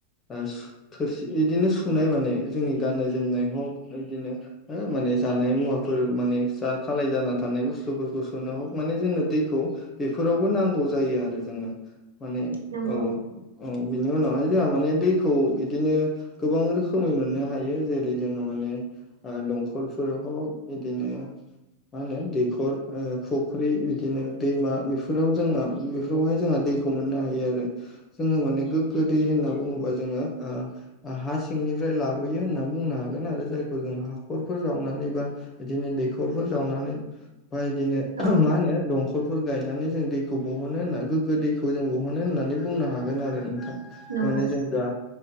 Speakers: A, on the left (about 20°); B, on the right (about 70°).
A: ओ थोरसि बिदिनो सुनाय माने जोंनि गाननाय जोमनाय हक इदिनो हो माने जानाय मुवाफोर माने जा खालाय जानानानै थानाय बुस्थुफोरखौ सोनो हग माने जोंनो दैखौ बेफोरावबो नांगौ जायो आरो जोंनो माने
B: नंगौ
A: औ औ बिनि उनावहाय जोंहा माने दैखौ बिदिनो गोबां रोखोमै मोननो हायो जेरै जोङो माने दंखलफोर ह बिदिनो मा होनो दैखर फुख्रि बिदिनो दैमा बेफोराव जोंहा बेफोरावहाय जोंहा दै खौ मोननो हायो आरो जोङो माने गोग्गो दै होनना बुङोबा जोङो हा सिंनिफ्राय लाबोयो होननानै बुंनो हागोन आरो जायखौ जों हाखरफोर जावनानै बा बिदिनो दैखरफोर जावनानै बमा बिदिनो
B: औ
A: मा होनो दंखल खलफोर गायनानै जों दैखौ बहनो होनना गोग्गो दैखौ जों बहनो होननानै बुंनो हागोन आरो नोंथां
B: नंगौ
A: माने जोंदा